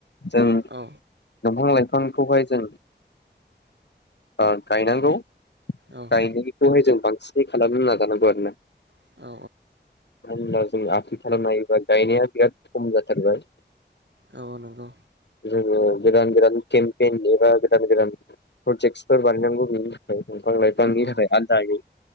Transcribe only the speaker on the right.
औ
औ नंगौ औ
औ औ
औ नोंगौ।
औ
औ